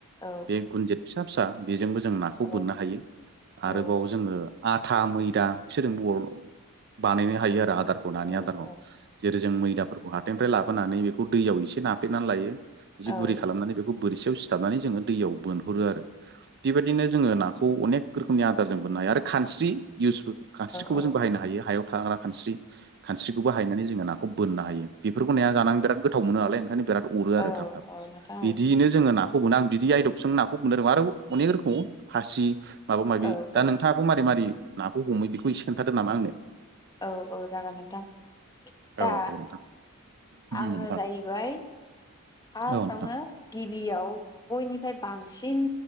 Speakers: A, on the left; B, on the right.
A: औ
B: बे गुनजेत फिसा फिसा बेजोंबो जों नाखौ
A: औ
B: बोननो हायो आरोबाव
A: औ
B: जोङो आथा मैदा बिफोरजों बर बानायनो हायो आरो नानि
A: औ
B: आदारखौ
A: औ
B: जेरै जों मैदा फ्राय लाबोनानै बेखौ दैयाव एसे नाफ्लेनानै लायो एसे
A: औ
B: गुरै खालामनानै बेखौ बोरसियाव सिथाबनानै जोङो दैयाव बोनहरो आरो बेबायदिनो जोङो नाखौ अनेक रोखोमनि आदार जों मोननो हायो आरो खानस्रि इउस खानस्रिखौबो
A: औ
B: जों बाहायनो हायो हायाव थाग्रा खानस्रि खानस्रिखौबो हायनानै जोङो नाखौ बोननो हायो बेफोरखौ नाया जानानै बिराद गोथाव मोनो नालाय ओंखायनो बिराद अरो
A: औ
B: आरो थाब थाब
A: औ नोंथां औ
B: बिदियैनो जोङो नाखौ मोनो आं बिदि आइदबजों नाखौ बनो रोङ आरो अनेक रोखोम फासिब माबा माबि
A: औ
B: दा
A: औ
B: नोंथाङाब मारै मारै नाखौ हमो बेखौ एसे खोनन्थादो नामा आंनो
A: औ औ जागोन नोंथां दा
B: औ दे नोंथां
A: आङो
B: नोंथां
A: जाहैबाय फार्स्टआवनो
B: औ नोंथां
A: गिबियाव बयनिफ्राय बांसिन